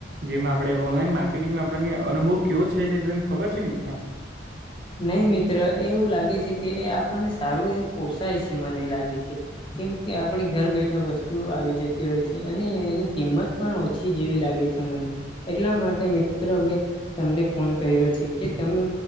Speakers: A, on the right; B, on the left.
A: જેમાં આપડણે ઓનલાઈન માર્કેટિંગમાં આપને અનુભવ કેવો છે તે તને ખબર છે મિત્રો
B: નહી મિત્ર એવું લાગે છે કે એ આપણને સારું એવું પોસાય છે મને લાગે છે. કેમ કે આપણે ઘર બેઠા વસ્તુ આવી જતી હોય છે અને એની કિંમત પણ ઓછી જેવી લાગે છે મને એટલા માટે મિત્રો અમે તમને ફોન કર્યો છે, કે તમે